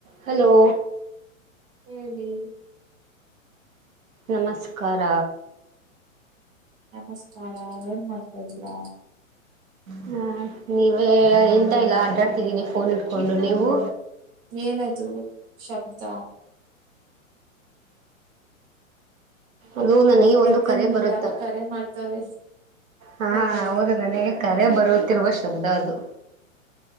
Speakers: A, on the right (about 75°); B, on the right (about 40°).
A: Hello
B: ಹೇಳಿ.
A: ನಮಸ್ಕಾರ.
B: ನಮಸ್ಕಾರ ಏನ್ ಮಾಡ್ತಾದೀರಾ.
A: ಹಾ ನೀವೇ ಎಂತ ಇಲ್ಲ ಆಟಾಡ್ತಿದ್ದೀನಿ ಫೋನ್ ಇಟ್ಕೊಂಡು ನೀವು.
B: ಏನದು ಶಬ್ದ.
A: ಅದು ನನಗೆ
B: ಮತ್ತೆ
A: ಒಂದು ಕರೆ
B: ನಿಮಗೆ
A: ಬರುತ್ತ.
B: ಯಾರೋ ಕರೆ ಮಾಡ್ತವ್ರೆ
A: ಹ
B: ಗೊತ್ತಾಯ್ತು
A: ಹಾ ಹೌದು
B: ನಮ್ಗೆ
A: ನನಗೆ ಕರೆ
B: ಗೊತ್ತಾಯ್ತು
A: ಬರುತ್ತಿರುವ ಶಬ್ದ ಅದು.